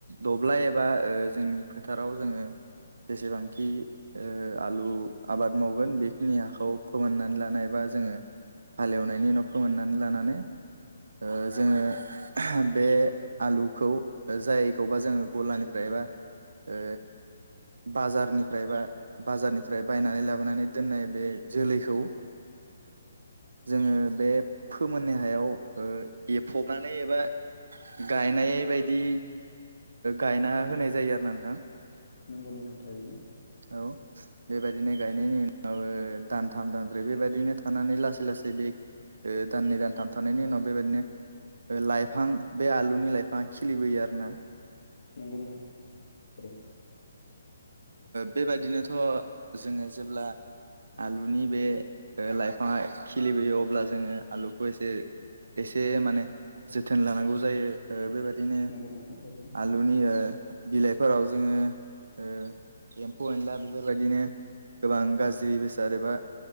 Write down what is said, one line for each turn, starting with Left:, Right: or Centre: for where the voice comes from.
Right: दब्लाय एबा ओ जोंनि फोथाराव जोङो जेसेबांखि ओ आलु आबाद मावगोन बेखिनि हाखौ फोमोननानै लानाय एबा जोङो हालेवनायनि उनाव फोमोननानै लानानै ओ जोङो बे आलुखौ जायखौबा जोङो गलानिफ्रायबा ओ बाजारनिफ्राय बा बाजारनि फ्राय बायनानै लाबोनानै दोननाय बे जोलैखौ जोङो बे फोमोननाय हायाव ए फफ फनानै एबा गायनाय बायदि गायना होनाय जायो आरो ना नोंथां
Left: नंगौ नोंथां थारैनो
Right: औ बेबायदिनो गायनायनि उनाव ओ दानथाम दानब्रै बेबायदिनो थानानै लासै लासै बे दाननै दानथामथनि थानायनि उनाव बेबायदिनो लाइफां बे आलुनि लाइफाङा खिलिबोयो आरो ना
Left: नंगौ नोंथां' थारैनो
Right: बेबायदिनोथ' जोङो जेब्ला आलुनि बे लाइफाङा खिलिबोयो अब्ला जोङो आलुखौ एसे एसे माने जोथोन लानांगौ जायो ओ बेबायदि बिदिनो
Left: नंगौ नोंथां थारैनो
Right: आलुनि बिलाइफोराव जोङो ओ एम्फौ एनला बेफोरबायदिनो गोबां गाज्रि बेसाद एबा